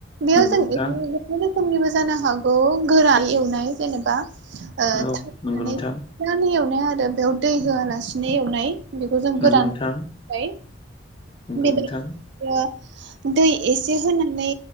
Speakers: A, on the right; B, on the left.
A: बेयाव
B: नंगौ
A: जों
B: नोंथां
A: एनो मोननै रोखोमनिबो जानो हागौ गोरा एवनाय जेनेबा
B: औ
A: थाव होनानै
B: नंगौ नोंथां
A: फानै एवनाय आरो बेयाव दै होआलासिनो एवनाय बेखौ जों
B: नंगौ
A: गोरान
B: नोंथां
A: बाय
B: नंगौ
A: बेबाय
B: नोंथां
A: दिनो दै एसे होनानै